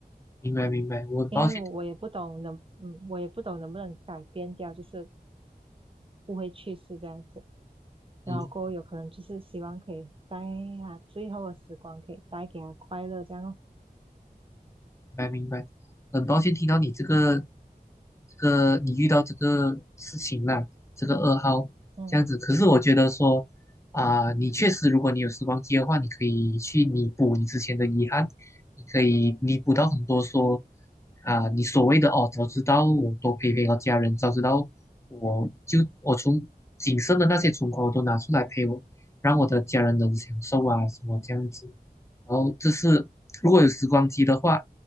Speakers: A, on the left; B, on the right.
A: 明白明白，我很抱歉，
B: 因为我也不懂能，嗯，我也不懂能不能改变掉，就是不会去世这样子。然后过后有可能就是希望可以在他最后的时光可以带给他快乐这样哦
A: 嗯，明白明白，很抱歉听到你这个这个你遇到这个事情啦，这个噩耗这样子。
B: 嗯
A: 可是我觉得说啊、你确实，如果你有时光机的话，你可以去弥补你之前的遗憾，你可以弥补到很多说啊、你所谓的哦，早知道我多陪陪我家人，早知道我就我从仅剩的那些存款我都拿出来陪我，让我的家人能享受啊什么这样子。然后这是如果有时光机的话